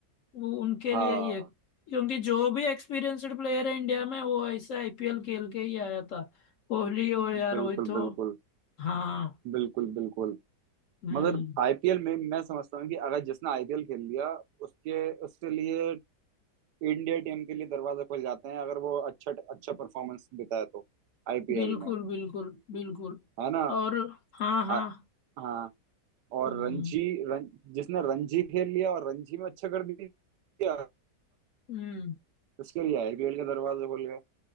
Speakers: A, on the left; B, on the right.
A: वो उनके
B: हाँ
A: लिए ही है क्योंकि जो भी एक्सपीरियंस्ड प्लेयर है इंडिया में वो ऐसे आईपीएल खेल के ही आया था कोहली हो या रोहित
B: बिल्कुल
A: हो
B: बिल्कुल
A: हाँ
B: बिल्कुल बिल्कुल
A: हम्म
B: मगर आईपीएल में मैं समझता हूँ कि अगर जिसने आईपीएल खेल लिया उसके उसके लिए इंडिया टीम के लिए दरवाजे खुल जाते हैं अगर वो अच्छा अच्छा परफॉर्मेंस देता है तो आईपीएल
A: बिल्कुल
B: में
A: बिल्कुल बिल्कुल
B: है ना
A: और हाँ हाँ
B: आ, हाँ और
A: हम्म
B: रणजी रण, जिसने रणजी खेल लिया और रणजी में अच्छा कर दिया
A: हम्म
B: उसके लिए आईपीएल के दरवाजे खुल गए